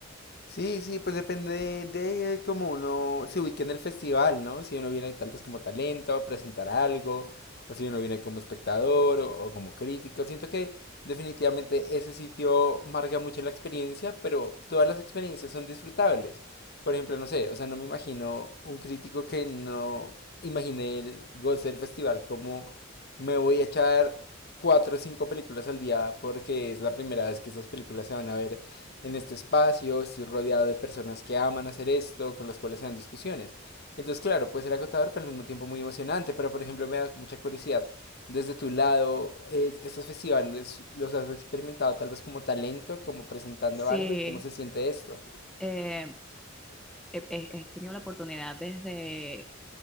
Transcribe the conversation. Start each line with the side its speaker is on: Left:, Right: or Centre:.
Left: Sí, sí, pues depende de cómo uno se ubique en el festival, ¿no? Si uno viene tal vez como talento a presentar algo, o si uno viene como espectador o, o como crítico. Siento que definitivamente ese sitio marca mucho la experiencia, pero todas las experiencias son disfrutables. Por ejemplo, no sé, o sea, no me imagino un crítico que no imagine el goce del festival como me voy a echar cuatro o cinco películas al día porque es la primera vez que esas películas se van a ver en este espacio, estoy rodeado de personas que aman hacer esto, con las cuales se dan discusiones. Entonces, claro, puede ser agotador, pero al mismo tiempo muy emocionante. Pero, por ejemplo, me da mucha curiosidad. Desde tu lado, es- ¿estos festivales los has experimentado tal vez como talento, como presentando
Centre: Sí,
Left: algo y cómo se siente esto?
Centre: eh, he, he- he tenido la oportunidad desde